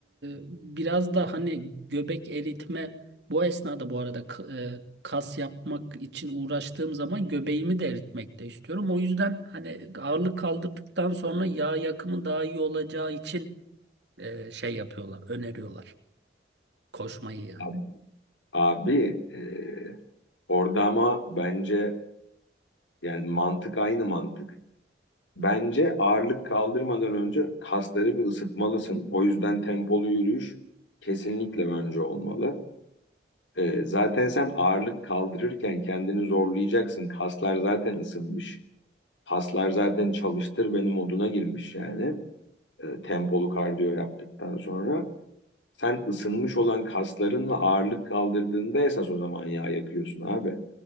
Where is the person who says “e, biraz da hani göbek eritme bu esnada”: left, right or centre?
Right